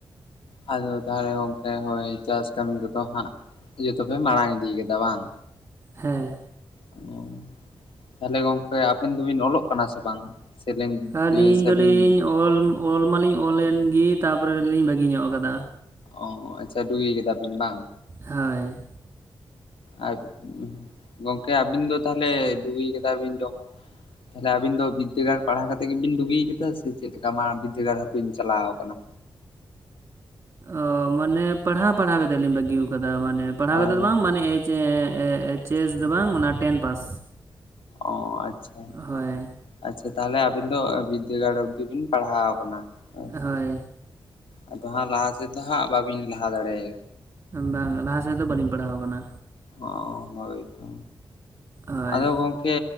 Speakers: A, on the left; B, on the right.
A: ᱦᱟᱞᱠᱟᱜᱮ ᱜᱚᱢᱠᱮ ᱦᱳᱭ ᱪᱟᱥ ᱠᱟᱹᱢᱤ ᱠᱚᱫᱚ ᱦᱟᱸᱜ ᱤᱭᱟᱹ ᱛᱚᱯᱮ ᱢᱟᱲᱟᱝ ᱤᱫᱤ‌‌ ᱠᱟᱫᱟ ᱵᱟᱝ?
B: ᱦᱮᱸ
A: ᱦᱩᱸ ᱚ ᱛᱟᱦᱞᱮ ᱜᱚᱝᱠᱮ ᱟᱵᱮᱱ ᱫᱚᱵᱤᱱ ᱚᱞᱚᱜ ᱠᱟᱱᱟ ᱥᱮ ᱵᱟᱝ? ᱥᱮᱵᱤᱱ
B: ᱟᱹᱞᱤᱧ
A: ᱥᱮᱵᱤᱱ
B: ᱫᱚᱞᱤᱧᱞ ᱚᱞ ᱢᱟᱞᱤᱧ ᱚᱞ ᱮᱱᱜᱤ ᱛᱟᱨᱯᱚᱨᱮᱞᱤᱧ ᱵᱟᱹᱜᱤ ᱧᱚᱜ ᱠᱟᱫᱟ᱾
A: ᱚ ᱟᱪᱪᱷᱟ ᱰᱩᱜᱤ ᱠᱟᱫᱟᱵᱤᱱ ᱵᱟᱝ?
B: ᱦᱳᱭ
A: ᱟᱨ ᱜᱚᱝᱠᱮ ᱟᱹᱵᱤᱱ ᱫᱚ ᱛᱟᱦᱟᱞᱮ ᱰᱩᱜᱤ ᱠᱟᱛ ᱵᱤᱱ ᱡᱚᱢᱚᱱ ᱛᱟᱦᱚᱞᱮ ᱟᱵᱤᱱ ᱫᱚ ᱵᱤᱫᱽᱫᱟᱹᱜᱟᱲ ᱯᱟᱲᱦᱟᱣ ᱠᱟᱛᱮᱫ ᱜᱮᱵᱤᱱ ᱰᱟᱜᱤ ᱠᱟᱫᱟ ᱥᱮ ᱪᱮᱫ ᱞᱮᱠᱟ ᱢᱟ ᱵᱤᱫᱽᱫᱟᱹᱜᱟᱲ ᱦᱚᱸ ᱵᱤᱱ ᱪᱟᱞᱟᱣ ᱠᱟᱱᱟ?
B: ᱚ ᱢᱟᱱᱮ ᱯᱟᱲᱦᱟᱣ ᱯᱟᱲᱦᱟᱣ ᱠᱟᱛᱮᱫ ᱞᱤᱧ ᱵᱟᱹᱜᱤ ᱠᱟᱫᱟ ᱢᱟᱱᱮ ᱯᱟᱲᱦᱟᱣ
A: ᱦᱳᱭ
B: ᱠᱟᱛᱮᱫ
A: ᱦᱳᱭ
B: ᱫᱚ ᱵᱟᱝ ᱢᱟᱱᱮ ᱮᱡ ᱪᱮ ᱮ ᱪᱮᱥ ᱫᱚ ᱵᱟᱝ ᱚᱱᱟ ᱴᱮᱱ ᱯᱟᱥ᱾
A: ᱚ ᱟᱪᱪᱷᱟ᱾
B: ᱦᱳᱭ
A: ᱟᱪᱪᱷᱟ ᱛᱟᱦᱞᱮ ᱟᱹᱵᱤᱱ ᱫᱚ ᱵᱤᱫᱽᱫᱟᱹᱜᱟᱲ ᱚᱯᱫᱤ ᱵᱤᱱ ᱯᱟᱲᱦᱟᱣ ᱠᱟᱱᱟ ᱦᱮᱸᱥᱮ᱾
B: ᱦᱳᱭ
A: ᱟᱫᱚ ᱦᱟᱸᱜ ᱞᱟᱦᱟ ᱥᱮᱫ ᱫᱚ ᱦᱟᱸᱜ ᱵᱟᱹᱵᱤᱱ ᱞᱟᱦᱟ ᱫᱟᱲᱮᱭ
B: ᱵᱟᱝ ᱞᱟᱦᱟ ᱥᱮᱫ ᱫᱚ ᱵᱟᱹᱞᱤᱧ ᱯᱟᱲᱦᱟᱣ ᱠᱟᱱᱟ᱾
A: ᱚ ᱦᱚᱭ ᱛᱚ
B: ᱦᱳᱭ
A: ᱟᱫᱚ ᱜᱚᱝ ᱠᱮ